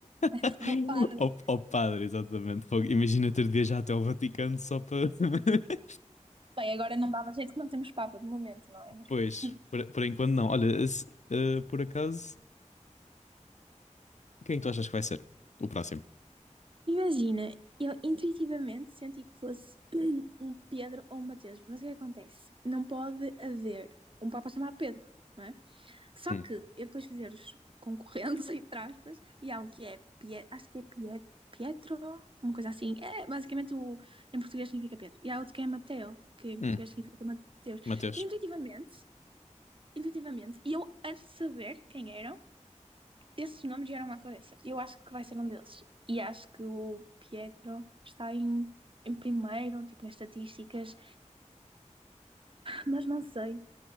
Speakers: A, on the right; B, on the left.
A: <laughs>
B: <laughs>
A: Para, né?
B: Ao, ao padre, exatamente. Fogo. Imagina ter de viajar até ao Vaticano só para. <laughs>
A: Bem, agora não dava jeito que não temos papa de momento, não é? Mas
B: Pois,
A: pronto.
B: por, por enquanto não. Olha, se- eh, por acaso, quem tu achas que vai ser o próximo?
A: Imagina, eu intuitivamente senti que fosse <clears throat> um Pedro ou um Mateus, mas o que é que acontece? Não pode haver um Papa chamado Pedro, não é? Só
B: Hum.
A: que eu depois fui ver os concorrentes, <laughs> entre aspas, e há um que é, Pie- acho que é Pie- Pietro, uma coisa assim. É, basicamente, o, em português significa Pedro. E há outro que é Mateo, que em
B: Hum.
A: português significa Mateus.
B: Mateus.
A: Intuitivamente, intuitivamente. E eu, antes de saber quem eram, esses nomes vieram à cabeça. Eu acho que vai ser um deles. E acho que o Pietro está em, em primeiro, tipo, nas estatísticas. Mas não sei.